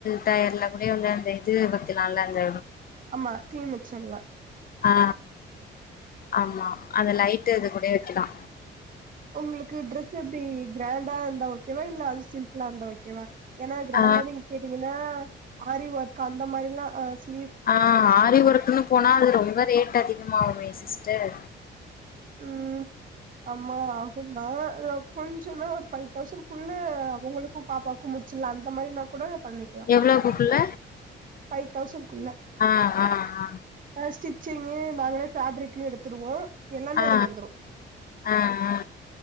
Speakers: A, on the left; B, on the right.
A: டயர்ல கூட வந்து அந்த இது வக்கெலால அந்த
B: ஆமா டீ மிச்சர்லா
A: ஆ ஆமா அந்த லைட்டு அது கூடயே வெக்கலா
B: ஒங்களுக்கு ட்ரெஸ் எப்டி கிராண்டா இருந்தா ஓகேவா இல்ல அது சிம்பிளா இருந்தா ஓகேவா ஏனா கிராண்டா
A: ஆ
B: நீங்க கேட்டீங்கனா ஆரி ஒர்க் அந்த மாரிலா ஆ ச
A: ஆ ஆரி ஒர்க்குன்னு போனா அது ரொம்ப ரேட் அதிகமாவுமே சிஸ்டர்
B: ம் ஆமா ஆகுந்தா நா கொஞ்சமா ஒரு ஃபைவ் தௌசண்ட்க்குள்ள ஒங்களுக்கு பாப்பாவுக்கு முடிச்சிட்லா அந்த மாரினா கூட பண்ணிக்கலா
A: எவ்வளவுக்குள்ள
B: ஃபைவ் தௌசண்ட்க்குள்ள
A: ஆ ஆ ஆ
B: அ ஸ்டிச்சிங்கு நாங்களே ஃபேப்ரிக்கு எடுத்துருவோ எல்லாமே
A: ஆ
B: அதுல வந்துரு
A: ஆ ஆ